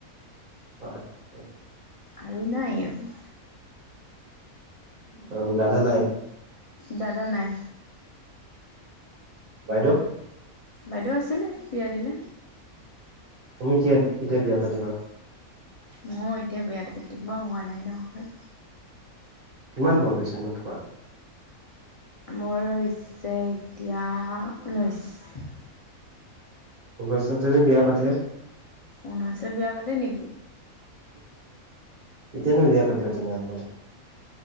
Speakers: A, on the right; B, on the left.
A: আচছা
B: আৰু নাই আৰু
A: অ' দাদা নাই
B: দাদ নাই
A: বাইদেউ
B: বাইদেউ আছিলে বিয়াৰিলে,
A: তুমি ক কেতিয়া বিয়া পাতিবা?
B: মোৰ এতিয়া বিয়াতি পিকনিক ম হোৱা নাই নহয়
A: কিমান বয় হৈছে নো তোমাৰ
B: মোৰ হৈছে এতিয়া ঊনৈছ
A: ল্ছতে যে বিয়া পাতে,
B: ঊনৈছত বিয়া পাতি নেকি?
A: কেতিয়ানো বিয়া পাতিবা তেনেহলে?